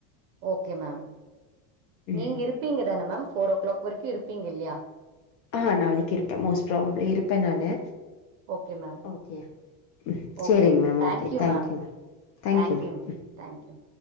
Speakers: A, on the right; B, on the left.
A: ஓகே மேம்
B: ம்
A: நீங்க இருப்பீங்க தான மேம் ஃபோர் ஓ கிளாக் வரைக்கும் இருப்பீங்க இல்லையா
B: ஆஹ் நாளைக்கு இருப்பே மோஸ்ட் ப்ராபப்ளி இருப்பே நானு
A: ஓகே மேம்,
B: ஓகே ம் சரிங்க
A: ஓகே
B: ma'am
A: thank
B: ஓகே
A: you
B: தேங்க்யூ
A: மேம்.
B: தேங்க்யூ
A: தேங்க்
B: மேம்
A: யூ தேங்க் யூ